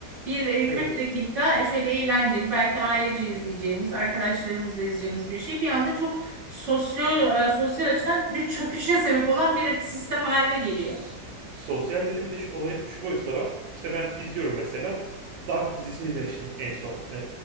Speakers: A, on the right (about 35°); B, on the right (about 80°).
A: bir e,
B: Evet.
A: 40 dakika e, şöyle eğlenceli, belki ailece izleyeceğimiz, arkadaşlarımızla izleyeceğimiz bir şey bir anda çok sosyal e, sosyal açıdan bir çöküşe sebep olan bir <laughs> sistem haline geliyor.
B: S- Sosyal dedim bir de şu olayın şu boyutu da var. İşte ben izliyorum mesela. Dark dizisini izlemiştim en son e,